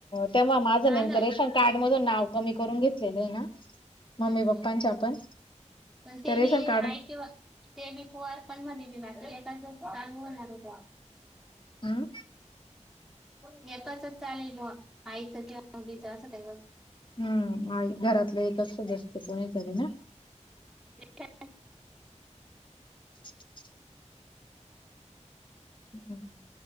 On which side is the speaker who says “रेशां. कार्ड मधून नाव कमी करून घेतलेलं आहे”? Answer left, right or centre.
Left